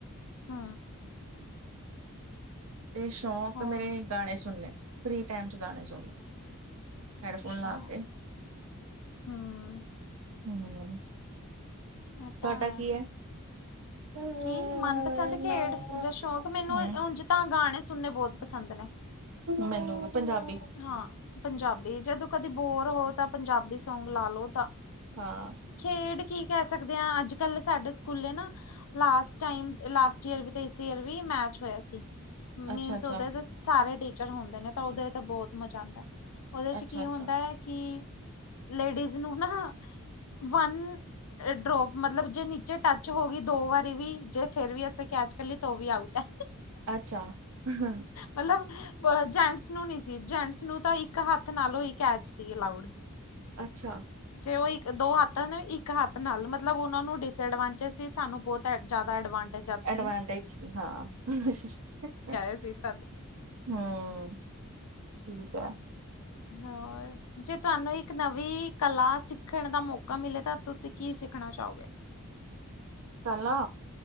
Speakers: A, on the left (about 85°); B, on the right (about 80°).
A: ਹੂੰ।
B: ਤੇ ਸ਼ੌਂਕ
A: ਹੋਰ
B: ਮੇਰੇ ਗਾਣੇ ਸੁਣਨੇ ਫ੍ਰੀ ਟਾਈਮ ਚ ਗਾਣੇ ਸੁਣਨੇ ਹੈੇਡਫੋਨ
A: ਅੱਛਾ
B: ਲਾ ਕੇ
A: ਹੂੰ
B: ਹੂੰ
A: ਮੈਂ ਤਾਂ
B: ਤੁਹਾਡਾ
A: ਆ
B: ਕੀ ਹੈ? ਹੂੰ
A: ਕੀ ਮਨਪਸੰਦ ਖੇਡ ਜਾਂ ਸ਼ੌਕ ਮੈਨੂੰ ਉਝ ਤਾਂ ਗਾਣੇ ਸੁਣਨੇ ਬਹੁਤ ਪਸੰਦ ਨੇ?? <unintelligible>
B: ਮੈਨੂੰ ਵੀ ਪੰਜਾਬੀ
A: ਹਾਂ ਪੰਜਾਬੀ ਜਦੋਂ ਕਦੀ ਬੋਰ ਹੋ ਤਾਂ ਪੰਜਾਬੀ ਸੌਗ ਲਾ ਲੋ ਤਾਂ
B: ਹਾਂ
A: ਖੇਡ ਕੀ ਕਹਿ ਸਕਦੇ ਹਾਂ ਅੱਜ ਕੱਲ ਸਾਡੇ ਸਕੂਲੇ ਨਾ ਲਾਸਟ ਟਾਈਮ ਲਾਸਟ ਈਅਰ ਵੀ ਇਸ ਈਅਰ ਵੀ ਮੈਚ ਹੋਇਆ ਸੀ ਮੀਨਸ
B: ਅੱਛਾ ਅੱਛਾ
A: ਓਦੇ ਸਾਰੇ ਟੀਚਰ ਹੁੰਦੇ ਨੇ ਤਾਂ ਉਹਦੇ ਤੇ ਬਹੁਤ ਮਜ਼ਾ ਆਂਦਾ ਉਹਦੇ ਚ
B: ਅੱਛਾ
A: ਕੀ
B: ਅੱਛਾ
A: ਹੁੰਦੈ ਕਿ ਲੇਡੀਜ਼ ਨੂੰ ਨਾ ਵਨ ਡਰੋਪ ਮਤਲਬ ਜੇ ਨੀਚੇ ਟੱਚ ਹੋ ਗਈ ਦੋ ਵਾਰ ਵੀ ਜੇ ਫੇਰ ਵੀ ਅਸੀਂ ਕੈਚ ਕਰੀ ਤ ਉਹ ਵੀ ਆਊਟ ਹੈ।
B: ਅੱਛਾ ਹ
A: ਮਤਲਬ ਜੈਂਟਸ ਨੂੰ ਨੀ ਸੀ ਜੈਂਟਸ ਨੂੰ ਤਾਂ ਇੱਕ ਹੱਥ ਨਾਲੋਂ ਹੀ ਕੈਚ ਸੀ ਅਲਾਉਡ
B: ਅੱਛਾ
A: ਜੇ ਉਹ ਇੱਕ ਦੋ ਹੱਥ, ਇੱਕ ਹੱਥ ਨਾਲ ਮਤਲਬ ਉਹਨਾ ਨੂੰ ਡਿਸੈਡਵਾਂਟੇਜ ਸੀ ਸਾਨੂੰ ਬੌਤਾ ਜੈਦਾ ਐਡਵਾਂਟੇਜ ਸੀ
B: ਐਡਵਾਂਟੇਜ ਸੀ ਹਾਂ।
A: ‌ <unintelligible>
B: ਹੂੰ ਠੀਕ ਐ।
A: ਹੋਰ, ਜੇ ਤੁਆਨੂੰ ਇੱਕ ਨਵੀਂ ਕਲਾ ਸਿੱਖਣ ਦਾ ਮੌਕਾ ਮਿਲੇ ਤਾਂ ਤੁਸੀਂ ਕੀ ਸਿੱਖਣਾ ਚਾਓਗੇ?
B: ਕਲਾ